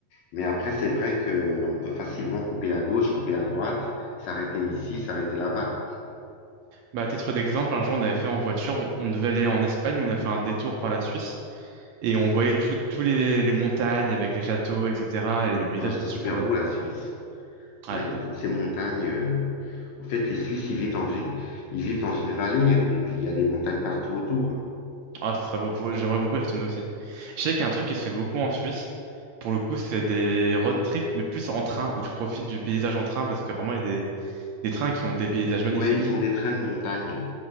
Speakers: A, on the left; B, on the right.
A: Mais après, c'est vrai que on peut facilement couper à gauche, couper à droite, s'arrêter ici, s'arrêter là-bas.
B: Bah, à titre d'exemple, un jour, on avait fait en voiture, on on devait aller en Espagne, mais on a fait un détour par la Suisse et on voyait toutes tous les, les montagnes avec les châteaux, etc. Et le paysage
A: Ouais, c'est
B: était
A: super
B: super beau.
A: beau, la Suisse. Ouais,
B: Ouais,
A: il y a toutes ces montagnes. euh, En fait, les Suisses, ils vivent dans une, ils vivent dans une vallée, hein, et puis il y a des montagnes partout autour.
B: ah, ça serait beau. Faut- J'aimerais beaucoup y retourner aussi. Je sais qu'il y a un truc qui se fait beaucoup en Suisse. Pour le coup, c'est des road trips, mais plus en train, où tu profites du paysage en train, parce qu'apparemment, il y a des, des trains qui ont des paysages magnifiques.
A: Ouais, ils ont des trains de montagne.